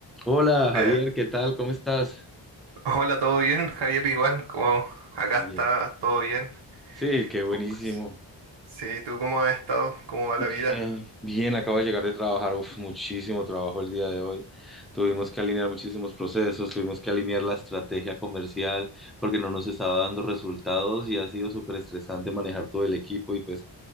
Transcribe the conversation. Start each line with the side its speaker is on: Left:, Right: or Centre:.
Centre: Hola Javier,
Right: Eh,
Centre: ¿qué tal? ¿Cómo estás?
Right: hola, ¿todo bien? Javier, igual, como acá
Centre: Bien.
Right: está todo bien.
Centre: Sí, qué buenísimo.
Right: Tú- sí, ¿tú cómo has estado? ¿Cómo va
Centre: Bien,
Right: la vida?
Centre: bien, acabo de llegar de trabajar, uf, muchísimo trabajo el día de hoy. Tuvimos que alinear muchísimos procesos, tuvimos que alinear la estrategia comercial porque no nos estaba dando resultados y ha sido súper estresante manejar todo el equipo y pues